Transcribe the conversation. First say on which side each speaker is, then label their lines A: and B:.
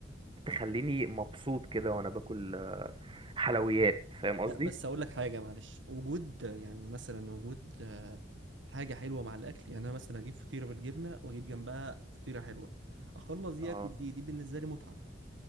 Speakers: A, on the right; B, on the right.
A: تخليني مبسوط كده وانا باكل آه، حلويات فاهم قصدي
B: لا بس اقول لك حاجه معلش وجود يعني مثلا وجود آه، حاجه حلوه مع الاكل يعني انا مثلا اجيب فطيره بالجبنه واجيب جنبها فطيره حلوه اخلص دي
A: اه
B: اكل دي دي بالنسبه لي متعه